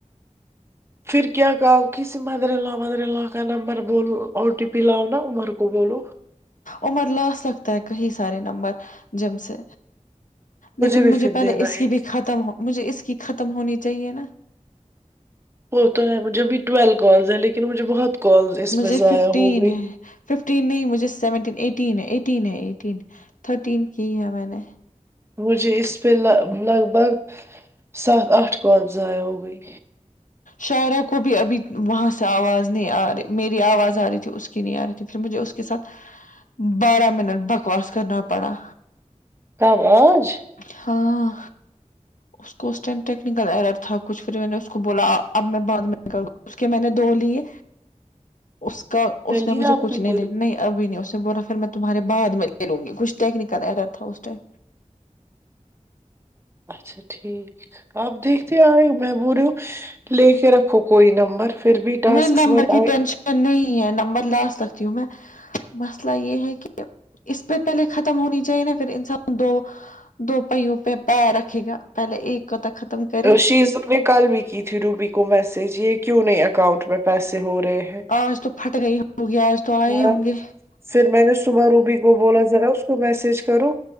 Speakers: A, on the right; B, on the left.
A: پھر کیا کہاؤ کسی مدر اللہ مدر اللہ کا نمبر بول او ٹی پی لاؤ نا عمر کو بولو
B: عمر لا سکتا ہے کہیں سارے نمبر جم سے لیکن
A: بھی
B: مجھے
A: پھر
B: پہلے
A: دینا
B: اس کی
A: ایک
B: بھی ختم مجھے اس کی ختم ہونی چاہیے نا
A: وہ تو ہے مجھے ابھی ٹویلو کالز ہیں لیکن مجھے بہت کالز اس
B: مجھے
A: میں ضائع
B: ففٹین
A: ہو گئی
B: ہے ففٹین نہیں مجھے سیونٹین ایٹین ہے ایٹین ہے ایٹین تھرٹین کی ہے میں نے
A: مجھے اس پہ لگ بھگ سات آٹھ کال ضائع ہو گئی
B: شاعرہ کو بھی ابھی وہاں سے آواز نہیں آ رہی میری آواز آ رہی تھی اس کی نہیں آ رہی تھی پھر مجھے اس کے ساتھ بارہ منٹ بکواس کرنا پڑا
A: کب آج
B: ہاں اس کو اس ٹائم ٹیکنیکل ائر تھا کچھ پھر میں نے اس کو بولا اب میں بعد میں کر اس کے میں نے دو لیے اس کا اس نے
A: لیا
B: مجھے
A: آپ
B: کچھ
A: کی کوئی
B: نہیں لے نہیں ابھی نہیں اس نے بولا پھر میں تمہارے بعد میں لوں گی کچھ ٹیکنیکل ایرر تھا اس ٹائم
A: اچھا ٹھیک آپ دیکھتے آ رہئے ہو میں بول رہی ہوں لے کے رکھو کوئی نمبر پھر بھی ٹاسکس
B: نہیں نمبر
A: مت
B: کی
A: آئے
B: ٹینشن نہیں ہے نمبر لا سکتی ہوں میں مسئلہ یہ ہے کہ اس پہ پہلے ختم ہونی چاہیے نہ پھر انسان دو دو پہوں پہ پیر رکھے گا پہلے ایک کا تو ختم کرے
A: شیز نے کل بھی کی تھی روبی کو میسج یہ کیوں نہیں اکاؤنٹ میں پیسے ہو رہے ہیں
B: آج تو پھٹ رہی ہوگی آج تو
A: ایک-
B: آئے ہوں گے
A: پھر میں نے صبح روبی کو بولا ذرا اس کو میسج کرو